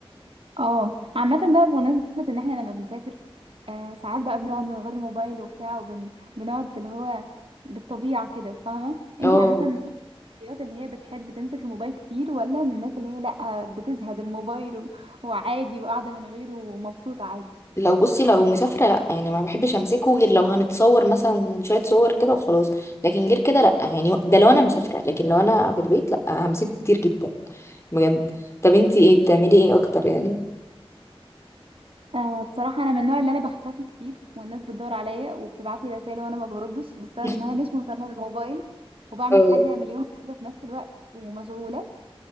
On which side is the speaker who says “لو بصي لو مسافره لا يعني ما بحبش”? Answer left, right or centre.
Left